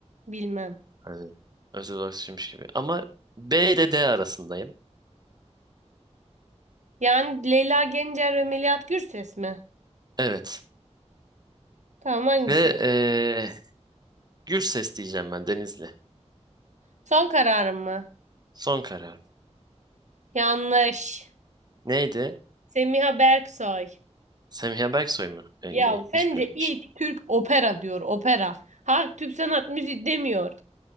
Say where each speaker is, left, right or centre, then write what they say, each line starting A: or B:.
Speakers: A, on the right (about 85°); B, on the right (about 35°).
A: Bilmem.
B: Hani özel olarak düşünmüş gibi. Ama B ile D arasındayım.
A: Yani Leyla Gencer ve Melihat Gürses mi?
B: Evet.
A: Tamam hangisi?
B: Ve Gürses diyeceğim ben Denizli.
A: Son kararım mı?
B: Son karar.
A: Yanlış.
B: Neydi?
A: Semiha Berksoy.
B: Semiha Berksoy mu? E,
A: Ya
B: iyi.
A: sence
B: Hiç bilememişim.
A: ilk Türk opera diyor opera. Halk Türk sanat müziği demiyor.